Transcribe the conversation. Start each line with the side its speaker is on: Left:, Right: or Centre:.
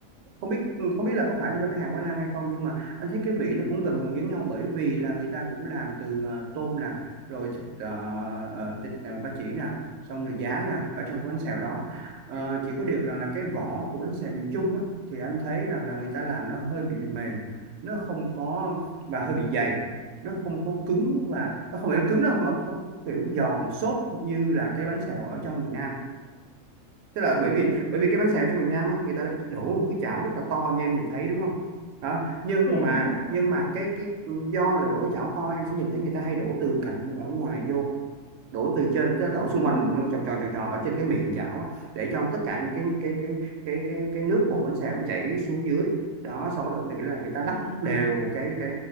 Right: không biết không biết là có phải là do cái hàng của anh ăn hay không nhưng mà anh thấy cái vị nó cũng gần gần giống nhau bởi vì là người ta cũng làm từ ờ, tôm nè rồi thịt ờ, ờ, thịt ờ, ba chỉ nè xong rồi giá nè ở trong cái bánh xèo đó Ờ, chỉ có điều rằng là cái vỏ của bánh xèo miền Trung á thì anh thấy rằng là người ta làm nó hơi bị mềm nó không có và hơi bị dày nó không có cứng và nó không phải là cứng đâu mà không có kiểu giòn xốp như là cái bánh xèo ở trong miền Nam tức là bởi vì
Left: Ừ.
Right: bởi vì cái bánh xèo trong miền Nam á người ta đã đổ một cái chảo rất là to như em nhìn thấy đúng không đó nhưng
Left: Dạ
Right: mà
Left: đúng rồi.
Right: nhưng mà cái cái do là đổ chảo to em sẽ nhìn thấy người ta hay đổ từ cạnh ở ngoài vô đổ từ trên tới đổ xung
Left: Ừm,
Right: quanh quanh tròn tròn tròn tròn ở trên cái miệng chảo á, để cho tất cả những cái cái cái cái cái cái nước bột bánh xèo nó chảy xuống dưới đó xong bắt đầu từ cái là người ta lắc
Left: Wow.
Right: đều cái cái